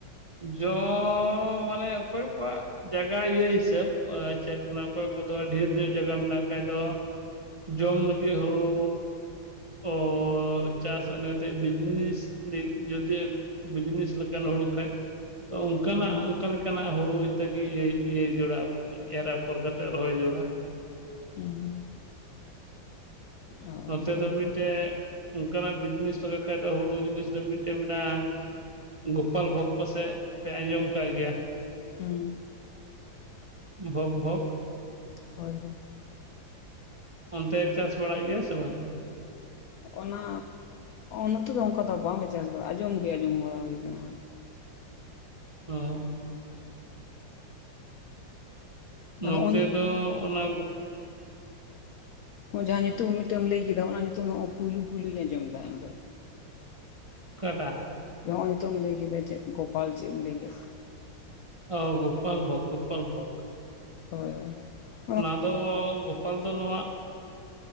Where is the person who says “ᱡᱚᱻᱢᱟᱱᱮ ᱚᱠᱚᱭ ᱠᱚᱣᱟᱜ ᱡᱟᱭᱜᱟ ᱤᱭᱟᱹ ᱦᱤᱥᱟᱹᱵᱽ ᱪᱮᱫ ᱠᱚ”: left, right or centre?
Right